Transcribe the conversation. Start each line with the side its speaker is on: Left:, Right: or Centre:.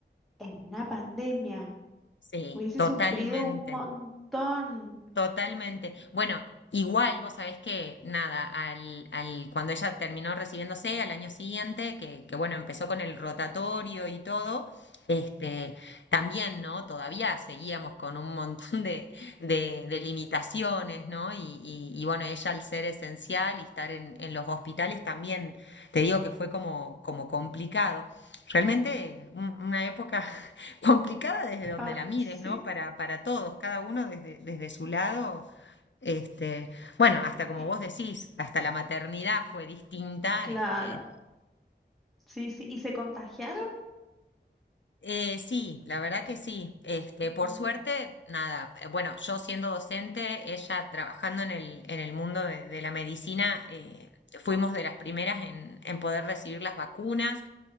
Centre: en una pandemia.
Left: Sí.
Centre: Hubiese
Left: Totalmente.
Centre: sufrido un montón.
Left: Totalmente. Bueno, igual vos sabés que, nada, al, al, cuando ella terminó recibiéndose al año siguiente, que, que bueno, empezó con el rotatorio y todo, este, también, ¿no? Todavía seguíamos con un montón de, de, de limitaciones, ¿no? Y, y, y, bueno, ella al ser esencial y estar en, en los hospitales también, te digo que fue como, como complicado. Realmente un- una época complicada desde donde
Centre: Ay,
Left: la mires,
Centre: sí.
Left: ¿no? Para, para todos, cada uno desde, desde su lado. Este, bueno, hasta como
Centre: Y
Left: vos decís, hasta la maternidad fue distinta,
Centre: claro.
Left: este.
Centre: Sí, sí, y se contagiaron.
Left: Eh, sí, la verdad que sí. Este,
Centre: Ujú,
Left: por suerte, nada. eh, Bueno, yo siendo docente, ella trabajando en el, en el mundo de, de la medicina, eh, fuimos de las primeras en, en poder recibir las vacunas.